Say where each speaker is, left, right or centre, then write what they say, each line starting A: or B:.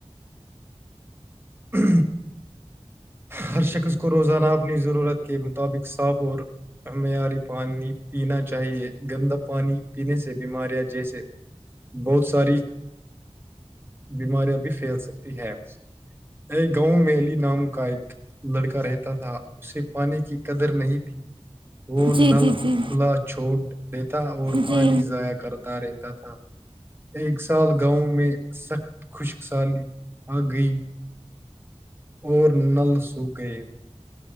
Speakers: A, on the right (about 20°); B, on the right (about 50°).
A: ہ ہر شخص کو روزانہ اپنی ضرورت کے مطابق صاف اور ہمیںیاری پانی پینا چاہیے گندا پانی پینے سے بیماریاں جیسے بہت ساری بیماریاں بھی پھیل سکتی ہے یہ گاؤں میلی نام کا ایک لڑکا رہتا تھا اسے پانی کی قدر نہیں تھی وہ
B: جی
A: نل
B: جی جی
A: کھلا چھوڑ دیتا اور
B: جی
A: پانی ضائع کرتا رہتا تھا ایک سال گاؤں میں سخت خشک سالی آ گئی اور نل سوکھ گئے